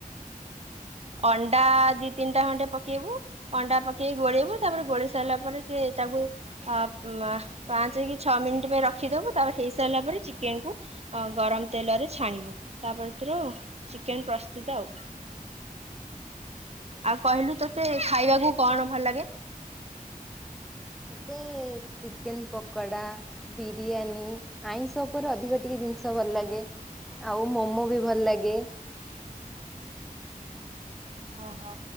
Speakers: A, on the right (about 45°); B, in the centre.
A: ଅଣ୍ଡା ଦି ତିନିଟା ଖଣ୍ଡେ ପକେଇବୁ। ଅଣ୍ଡା ପକେଇକି ଗୋଳେଇବୁ ତାପରେ ଗୋଳେଇ ସାରିଲା ପରେ ସିଏ ତାକୁ ଅ ମା ପାଞ୍ଚ କି ଛଅ ମିନିଟ୍ ପାଇଁ ରଖିଦେବୁ ତାପରେ ହେଇସାରିଲା ପରେ ଚିକେନକୁ ଗରମ ତେଲରେ ଛାଣିବୁ। ତାପରେ ତୋର ଆଉ ଚିକେନ ପ୍ରସ୍ତୁତ ଆଉ। ଆଉ କହିଲୁ ତୋତେ ଖାଇବାକୁ କଣ ଭଲ ଲାଗେ?
B: ମୋତେ ଚିକେନ ପକଡା ବିରିୟାନୀ ଆଇଁଷ ଉପରେ ଅଧିକ ଟିକିଏ ଜିନିଷ ଭଲ ଲାଗେ ଆଉ ମୋମୋବି ଭଲ ଲାଗେ
A: ଅହ।